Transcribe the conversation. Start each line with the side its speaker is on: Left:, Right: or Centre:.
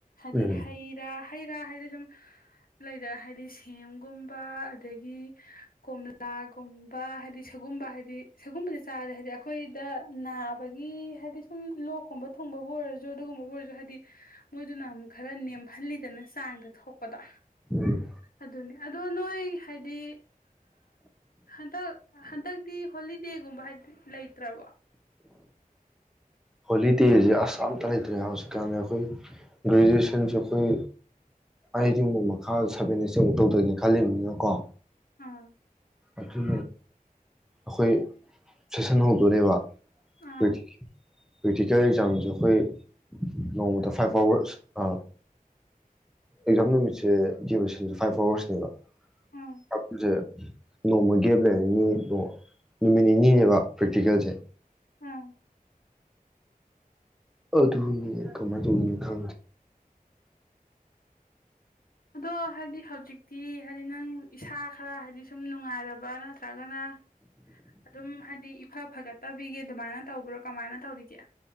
Left: ꯑꯗꯤ
Centre: ꯎꯝ
Left: ꯍꯩꯔꯥ ꯍꯩ ꯔꯥ ꯍꯥꯏꯗꯤ ꯁꯨꯝ ꯂꯩꯗꯅ ꯍꯥꯏꯗꯤ ꯁꯦꯝꯒꯨꯝꯕ ꯑꯗꯒꯤ ꯀꯣꯝꯂꯥꯒꯨꯝꯕ ꯍꯥꯏꯗꯤ ꯁꯒꯨꯝꯕ ꯍꯥꯏꯗꯤ ꯁꯒꯨꯝꯕꯁꯦ ꯆꯥꯔꯗꯦ ꯍꯥꯏꯗꯤ ꯑꯩꯈꯣꯏꯗ ꯅꯥꯕꯒꯤ ꯍꯥꯏꯗꯤ ꯁꯨꯝ ꯂꯣꯛꯀꯨꯝꯕ ꯊꯨꯡꯕꯕꯨ ꯑꯣꯏꯔꯁꯨ ꯑꯗꯨꯒꯨꯝꯕꯕꯨ ꯑꯣꯏꯔꯁꯨ ꯍꯥꯏꯗꯤ ꯃꯣꯏꯗꯨꯅ ꯑꯃꯨꯛ ꯈꯔ ꯅꯦꯝꯍꯜꯂꯤꯗꯅ ꯆꯥꯡꯗ ꯊꯣꯛꯄꯗ
Centre: ꯎꯝ
Left: ꯑꯗꯨꯅꯤ ꯑꯗꯣ ꯅꯣꯏ ꯍꯥꯏꯗꯤ ꯍꯟꯗꯛ ꯍꯟꯗꯛꯇꯤ ꯍꯣꯂꯤꯗꯦꯒꯨꯝꯕ ꯍꯥꯏꯗꯤ ꯂꯩꯇ꯭ꯔꯕꯣ
Centre: ꯍꯣꯂꯤꯗꯦꯁꯦ ꯑꯁ ꯑꯝꯇ ꯂꯩꯇ꯭ꯔꯦ ꯍꯧꯖꯤꯛꯀꯥꯟꯗ ꯑꯩꯈꯣꯏ ꯒ꯭ꯔꯦꯖꯨꯑꯦꯁꯟꯁꯦ ꯑꯩꯈꯣꯏ ꯑꯩꯗꯤꯕ ꯃꯈꯥ ꯁꯚꯦꯟ ꯑꯩꯁꯦ ꯑꯃꯨꯛ ꯇꯧꯗꯒꯦ ꯈꯜꯂꯤꯕꯅꯤꯅ ꯀꯣ
Left: ꯑꯥ
Centre: ꯑꯗꯨ ꯑꯩꯈꯣꯏ ꯁꯦꯁꯟ ꯍꯧꯗꯣꯣꯔꯦꯕ
Left: ꯑꯥ
Centre: ꯄꯔꯥꯇꯤꯀꯤ <inaudible> ꯄ꯭ꯔꯦꯛꯇꯤꯀꯦꯜ ꯑꯦꯛꯖꯥꯝꯁꯦ ꯑꯩꯈꯣꯏ ꯅꯣꯡꯃꯗ ꯐꯥꯏꯚ ꯑꯥꯋꯔꯁ ꯑꯦꯛꯖꯥꯝ ꯅꯨꯃꯤꯠꯁꯦ ꯗ꯭ꯌꯨꯔꯦꯁꯟꯁꯦ ꯐꯥꯏꯚ ꯑꯥꯋꯔꯁꯅꯦꯕꯁꯦ
Left: ꯎꯝ
Centre: ꯅꯣꯡꯃ ꯒꯦꯞ ꯂꯩꯔꯅꯤ ꯅꯨꯃꯤꯠ ꯅꯤꯅꯤꯅꯦꯕ ꯄ꯭ꯔꯦꯛꯇꯤꯀꯦꯜꯁꯦ
Left: ꯎꯝ
Centre: ꯑꯗꯨꯅꯤ ꯀꯃꯥꯏ ꯑꯗꯨꯅꯤ ꯈ
Left: ꯑꯗꯣ ꯍꯥꯏꯗꯤ ꯍꯧꯖꯤꯛ ꯇꯤ ꯍꯥꯏꯗꯤ ꯅꯪ ꯏꯁꯥ ꯈꯔ ꯍꯥꯏꯗꯤ ꯁꯨꯝ ꯅꯨꯡꯉꯥꯏꯔꯕ ꯅꯠꯇ꯭ꯔꯒꯅ ꯑꯗꯨꯝ ꯍꯥꯏꯗꯤ ꯏꯐ ꯐꯒꯠꯇꯕꯤꯒꯦ ꯑꯗꯨꯃꯥꯏꯅ ꯇꯧꯕꯤꯔꯣ ꯀꯃꯥꯏꯅ ꯇꯧꯔꯤꯒꯦ